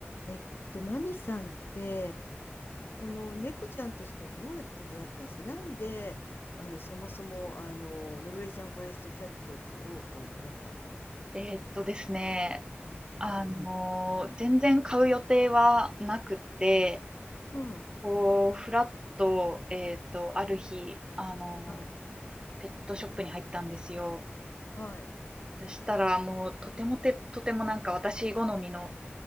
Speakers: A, on the left; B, on the right.
A: えっと、マミさんって、この猫ちゃんたちとどうやって出会ったんですかなんで、あの、そもそも、あの、ノルウェージャンフォレストキャットを飼おうと思ったの
B: えーっとですね、
A: はい。
B: あのー全然買う予定はなくて、
A: うん。
B: こう、ふらっと、えーっと、ある日、あのー
A: はい。
B: ペットショップに入ったんですよ。
A: はい。
B: そしたら、もう、とてもて、とてもなんか私好みの